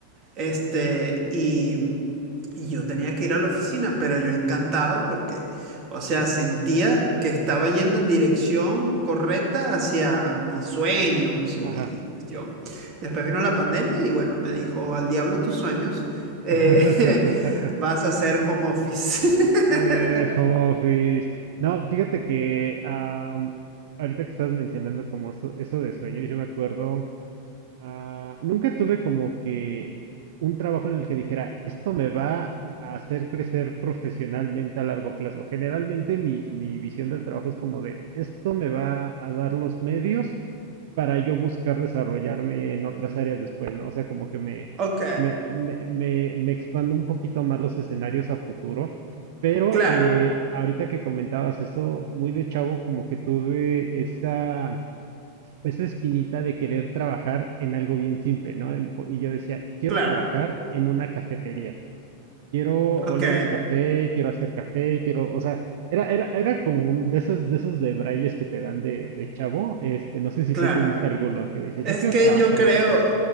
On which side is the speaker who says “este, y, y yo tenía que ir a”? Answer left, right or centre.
Right